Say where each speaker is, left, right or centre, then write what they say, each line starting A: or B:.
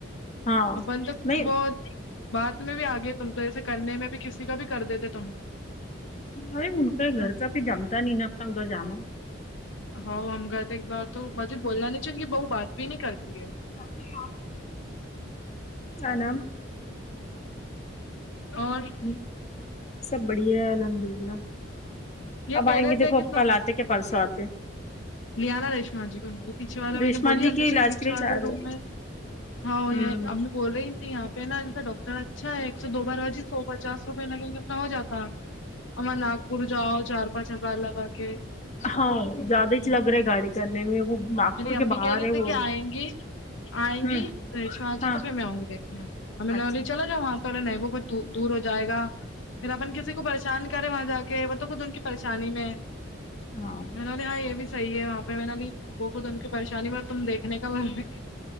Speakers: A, on the left (about 35°); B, on the left (about 70°).
A: ہاں
B: اپن تو
A: بائی
B: بات میں بھی آگے تم تو ایسے کرنے میں بھی کسی کا بھی کر دیتے تھ
A: بھائی ان کے گھر
B: بٹ
A: کا پھر جمتا نہیں نا اپتا ادھر جانا
B: ہ ہم گ تو ایک بار تو مجب بولنا نہیں چاہیے انکی بہو بات بھی نہیں کرتی ہے
A: <unintelligible> آ نام
B: اور
A: <unintelligible> سب بڑھیا ہے الحمد للہ
B: یہ
A: اب
B: کہہ
A: آئیں
B: رہے
A: گے
B: تھے
A: دیکھو
B: کہ
A: کل آتے کہ پرسوں آتے
B: لیاا ریشما جی کو یہی پیچھے والا
A: ریشما
B: میں نے بولی
A: جی
B: ہمیشہ
A: کے علاج
B: پیچھے
A: کے لیے
B: والے
A: چاہ رہے
B: روم میں ہاں
A: ہوں
B: یہ ا ہم بھی بول رہی تیں آپ پے نا جیسے ڈوک اچھا ہے ایک سو دو بار بجی سو پچاس روپئے لگےے کتنا ہو جاتا امر لاکھ پھر جاؤ چار پانچ ہزار لگا کے
A: ہاں زیادہ ہی چ لگ رہا ہے گاڑی کرنے میں وہ ناگپور
B: میری
A: کے
B: امی
A: باہر
B: کہہ رہی
A: ہے
B: تھی
A: وہ
B: کہ آئیں گی آئیں
A: ہوں
B: گی شواہ جی
A: ہاں
B: تو پھر میں آؤں گی دیکھنے ہمیں
A: اچھا
B: نولی چلا جاؤ وہاں توے نہیں بت دو دور ہو جائے گا پھر اپن کسی کو پریشان کریں وہاں جا کے وہ تو خود ان کی پریشانی میں
A: ہاں
B: میں نے بولی ہاں یہ بھی صحیح ہے وہاں پہ میرا بھی وہ خود ان کی پریشانی میں تم دیکھنے کا م